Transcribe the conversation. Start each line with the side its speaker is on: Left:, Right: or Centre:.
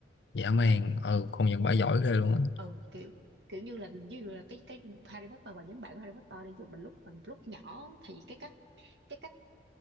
Left: dã man ừ công nhận bà giỏi ghê luôn á
Right: ừ kiểu kiểu như là ví dụ là cái cái Harry Potter và nhóm bạn của Harry Potter đi ví dụ mình lúc mình lúc nhỏ thì cái cách cái cách